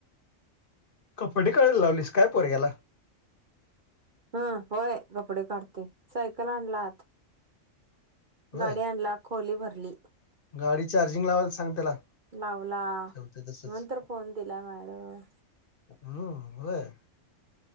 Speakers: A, on the left; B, on the right.
A: कपडे काढायला लावलीस काय पोरग्याला
B: हा होय कपडे काढते सायकल आणलात.
A: होय
B: गाडी आणला खोली भरली
A: गाडी चार्जिंग लावायला सांग त्याला.
B: लावला
A: ठेवते तसंच
B: म्हणुन तर फोन दिला मॅडम.
A: हम्म ब.